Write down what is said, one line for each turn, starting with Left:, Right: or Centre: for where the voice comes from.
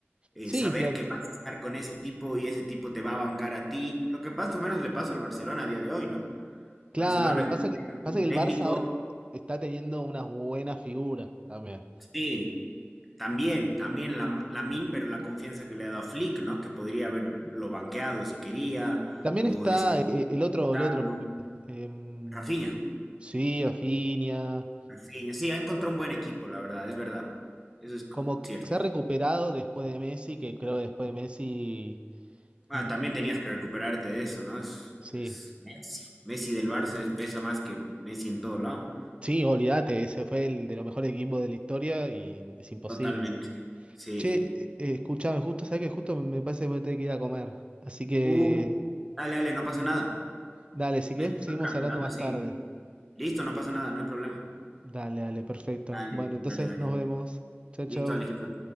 Centre: eh,
Right: sí,
Centre: saber
Right: pla-
Centre: que vas a estar con ese tipo y ese tipo te va a bancar a ti. Lo que más o menos le pasa al Barcelona a día de hoy, ¿no?
Right: Claro,
Centre: Barcelona, en-
Right: pasa que,
Centre: en
Right: pasa
Centre: un
Right: que el
Centre: técnico,
Right: Barça ahora está teniendo unas buenas figuras también.
Centre: sí, También, también la, Lamin, pero la confianza que le ha dado Flick, ¿no? Que podría haberlo banqueado si quería,
Right: También
Centre: o
Right: está
Centre: decir
Right: eh, el otro,
Centre: algo.
Right: el otro. em,
Centre: Rafinha,
Right: sí, Rafinha.
Centre: Rafinha, sí, ha encontrado un buen equipo, la verdad, es verdad. Eso es
Right: Como
Centre: cierto.
Right: que se ha recuperado después de Messi, que creo que después de Messi.
Centre: Ah,
Right: mm,
Centre: también tenías que recuperarte de eso, ¿no? Es,
Right: Sí,
Centre: es Messi. Messi del Barça es- pesa más que Messi en todo lado.
Right: sí, olvídate, ese fue el de los mejores equipos de la historia y es imposible.
Centre: Totalmente. Sí.
Right: Che, eh, eh, escuchame, justo, sabes que justo me me parece que me tengo que ir a comer. Así que,
Centre: Uh, dale, dale, no pasa nada.
Right: dale, si querés,
Centre: Mete en
Right: seguimos
Centre: otra,
Right: hablando
Centre: en otra
Right: más
Centre: seguimos.
Right: tarde.
Centre: Listo, no pasa nada, no hay problema.
Right: Dale, dale, perfecto.
Centre: Dale,
Right: Bueno, entonces
Centre: dale, dale.
Right: nos vemos. Chao, chao.
Centre: Listo, listo